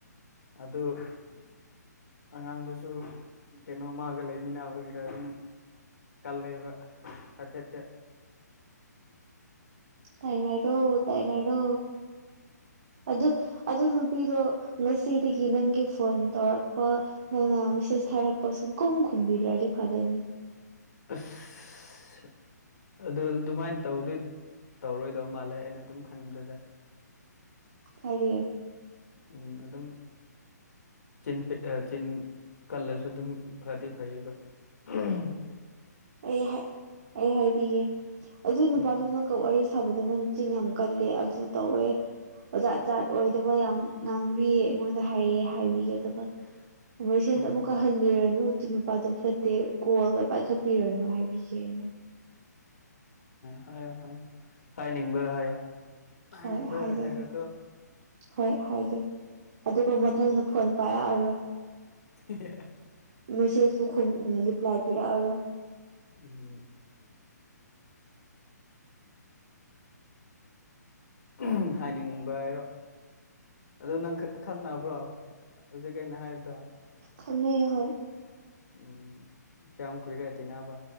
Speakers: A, on the left (about 65°); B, on the right (about 50°).
A: ꯑꯗꯨꯗ ꯑꯉꯥꯡꯗꯨꯁꯨ ꯀꯩꯅꯣ ꯃꯥꯒ ꯂꯩꯃꯤꯟꯅꯕꯒꯤꯔ ꯑꯗꯨꯝ ꯀꯜꯂꯕ ꯍꯥꯏꯐꯦꯠꯠꯇ
B: ꯇꯥꯏꯅꯔꯣ ꯇꯥꯏꯅꯔꯣ ꯑꯗꯨ ꯑꯗꯨ ꯅꯨꯄꯤꯗꯣ ꯉꯁꯤꯗꯒꯤ ꯅꯪꯒꯤ ꯐꯣꯟ ꯇꯧꯔꯛꯄ ꯅ ꯃꯤꯁꯤꯦꯁ ꯊꯔꯥꯛ ꯄꯁꯨꯡ ꯀꯨꯝꯃ ꯈꯨꯝꯕꯤꯔ ꯔꯔꯦ ꯐꯥꯜꯅꯤ
A: ꯑꯁ ꯑꯁ ꯑꯗꯨ ꯑꯗꯨꯃꯥꯏꯅ ꯇꯧꯗꯤ ꯇꯧꯔꯣꯏꯗꯧ ꯃꯥꯜꯂꯦ ꯑꯩꯅ ꯑꯗꯨꯝ ꯈꯟꯗꯗ
B: ꯀꯔꯤꯌ
A: ꯎꯝ ꯑꯗꯨꯝ ꯤꯟ ꯆꯤꯟ ꯀꯜꯂꯁꯨ ꯑꯗꯨꯝ ꯐꯗꯤ ꯐꯩꯌꯦꯕ ꯎꯝ
B: ꯑꯩ ꯑꯩ ꯍꯥꯏꯕꯤꯒꯦ ꯑꯗꯨ ꯅꯨꯄꯥꯗꯨꯣ
A: ꯎꯝ
B: ꯅꯪ ꯀ ꯋꯥꯔꯤ ꯁꯥꯕꯗ ꯃꯆꯤꯟ ꯌꯥꯝ ꯀꯜꯂꯦ ꯑꯗꯨ ꯇꯧꯋꯦ ꯑꯣꯖꯥ ꯖꯥꯠ ꯑꯣꯏꯗꯕ ꯌꯥꯝ ꯉꯥꯡꯕꯤꯌꯦ ꯑꯩꯉꯣꯟꯗ ꯍꯥꯏꯌꯦ ꯍꯥꯏꯕꯤꯒꯦ ꯑꯗꯨꯒ ꯃꯦꯁꯦꯁ
A: ꯎꯝ
B: ꯑꯃꯨꯛꯀ ꯍꯟꯈꯤꯔꯅꯨ ꯑꯗꯨ ꯅꯨꯄꯥꯗꯨꯣ ꯐꯠꯇꯦ ꯀꯣꯜꯒ ꯄꯥꯏꯈꯠꯄ ꯄꯤꯔꯅꯨ ꯍꯥꯏꯕꯤꯒꯦ ꯑꯩꯅ
A: ꯍꯥꯏꯌꯣ ꯍꯥꯏꯌꯣ ꯍꯥꯏꯅꯤꯡꯕ ꯍꯥꯏꯌꯣ ꯍꯥꯏꯅꯤꯡꯕ
B: ꯍꯣꯏ ꯍꯥꯏꯖꯒꯦ
A: ꯍꯥꯏꯔꯣꯀꯣ
B: ꯍꯣꯏ ꯍꯥꯏꯖꯦ ꯑꯗꯨꯒ
A: ꯅꯪ
B: ꯃꯊꯪꯗ ꯐꯣꯟ ꯄꯔꯔꯣꯏ
A: ꯍ
B: ꯃꯦꯁꯦꯖꯁꯨꯨ ꯔꯤꯄ꯭ꯂꯥꯏ ꯄꯤꯔꯛꯑꯒ
A: ꯎꯟ ꯎꯟ ꯍꯥꯏꯅꯤꯡꯕ ꯍꯥꯏꯔꯣ ꯑꯗꯨ ꯅꯪ ꯈꯪꯅꯕ꯭ꯔꯣ ꯍꯧꯖꯤꯛ ꯀꯤ ꯑꯩꯅ ꯍꯥꯏꯕꯗꯣ
B: ꯈꯪꯅꯩ ꯑ ꯍꯣꯏ
A: ꯎꯝ ꯀꯌꯥꯝ ꯀꯨꯏꯔꯦ ꯇꯤꯟꯅꯕ